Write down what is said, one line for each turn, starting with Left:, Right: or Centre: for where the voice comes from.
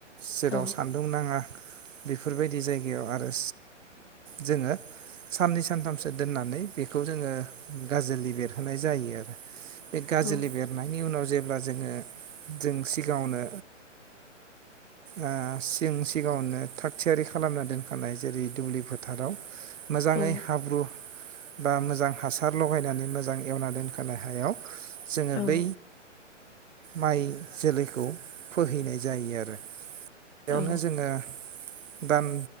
Right: जेराव
Left: औ
Right: सान्दुं नाङा। बेफोरबायदि जायगायाव आरो जोङो साननै सानथामसो दोननानै बेखौ जोङो गाज्रिलि बेरहोनाय जायो आरो बे गाज्रिलि
Left: औ
Right: बेरनाय नि उनाव जेब्ला जोङो जों सिगाङावनो ओ सिं सिगाङावनो थाग थियारि खालामना दोनखानाय जेरै दुब्लि फोथाराव मोजाङै
Left: औ
Right: हाब्रु बा मोजां हासार लगायनानै मोजां एवना दोनखानाय हायाव जोङो
Left: औ
Right: बै माइ जोलैखौ फोहैनाय जायो आरो बेयावनो
Left: औ
Right: जोङो दान